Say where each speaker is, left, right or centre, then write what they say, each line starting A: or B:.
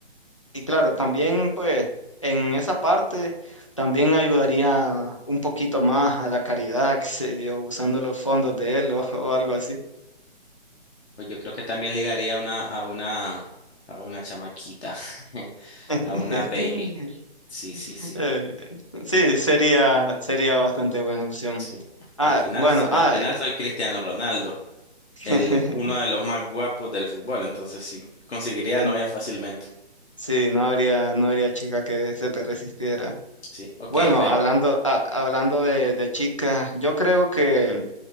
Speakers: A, on the left; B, on the left.
A: y claro, también pues en esa parte también ayudaría un poquito más a la caridad, que sé yo, usando los fondos de él o, <laughs> o algo así.
B: pues yo creo que también ligaría una, a una, a una chamaquita, <laughs>
A: <laughs>
B: a una baby. Sí, sí, sí.
A: Eh, sí, sería, sería bastante buena opción.
B: Sí.
A: Ah,
B: Al final,
A: bueno,
B: al
A: ah,
B: final soy Cristiano Ronaldo,
A: <laughs>
B: el, uno de los más guapos del fútbol, entonces sí, conseguiría
A: en-
B: novia fácilmente.
A: sí, no habría, no habría chica que se te resistiera.
B: Sí, ok,
A: Bueno,
B: pero,
A: hablando, a- hablando de, de chica, yo creo que,